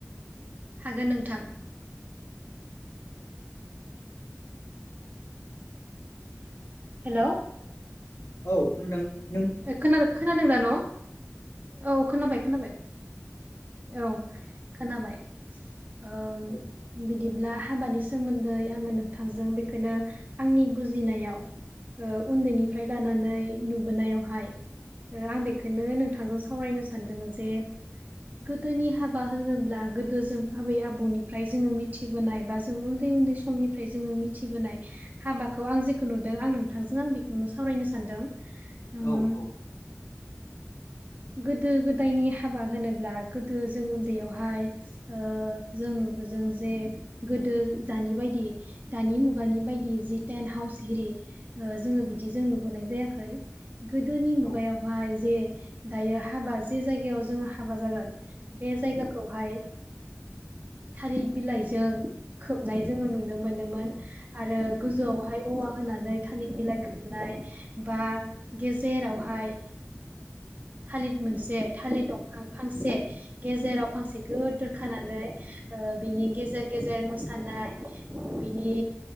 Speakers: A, on the right; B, on the left.
A: हागोन नोंथां हेलौ
B: औ खोनादों नों
A: खोनादों खोनादों दा न औ खोनाबाय खोनाबाय औ खोनाबाय ओम
B: औ
A: बिदिब्ला हाबानि सोमोन्दै आङो नोंथांजों बेखौनो आंनि बुजिनायाव ओ उन्दैनिफ्राय लानानै नुबोनायावहाय आं बेखौनो नोंथांजों स सावरायनो सानदों जे गोदोनि हाबा होनोब्ला गोदो जों आबै आबौनिफ्राय जोङो मिथिबोनाय बा जों उन्दै उन्दै समनिफ्राय जोङो मिथिबोनाय हाबाखौ आं जेखौ नुदों आं नोंथांजों आं बेखौनो सावरायनो सानदों उम
B: औ औ
A: गोदो गोदायनि हाबा होनोब्ला गोदो जों उन्दैयावहाय ओ जों नु जों जे गोदो दानि बायदि दानि मुगानि बायदि जि टेन हाउस एरि जोङो बिदिजों नुबोनाय जायाखै गोदोनि
B: औ
A: मुगायावहाय जे दायो हाबा जे जायगायाव जोङो हाबा जागोन बे जायगाखौहाय थारि बिलाइजों खोबनाय जोङो नुनो मोनोमोन आरो गोजौआवहाय औवा होनानै थालिर बिलाइ खोबनाय बा गेजेरावहाय थालिर मोनसे थालिर दंफां फांसे गेजेराव फांसे गोद दोरखानानै बिनि गेजेर गेजेर मोसानाय बिनि